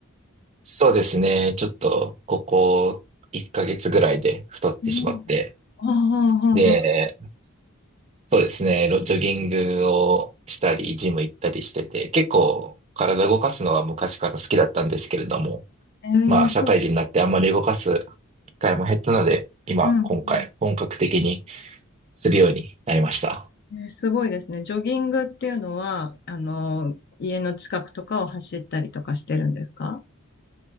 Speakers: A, on the right (about 30°); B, on the left (about 45°).
A: そうですね。ちょっと、ここ1ヶ月ぐらいで太ってしまって。
B: うん。ああ、ああ、
A: で、
B: ああ。
A: そうですね。ロジョギングをしたり、ジム行ったりしてて、結構体動かすのは昔から好きだったんですけれども、
B: ええそう。
A: まあ、社会人になってあんまり動かす機会も減ったので、今、
B: うん。うん
A: 今回、本格的にするようになりました。
B: えーすごいですね。ジョギングっていうのは、あの、家の近くとかを走ったりとかしてるんですか